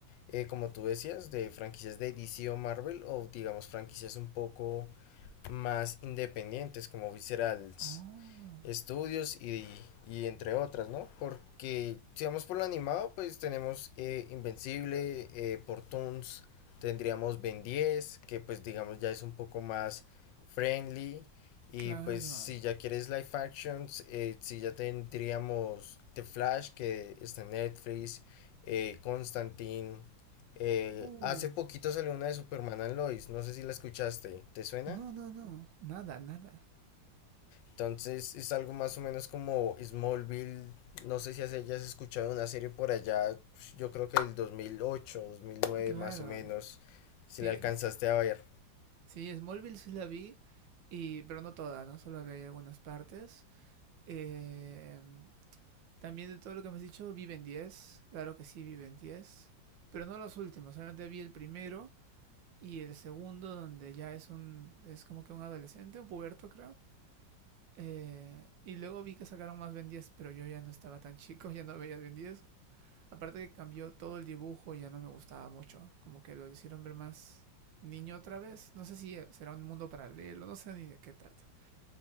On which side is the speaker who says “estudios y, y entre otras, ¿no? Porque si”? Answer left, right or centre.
Left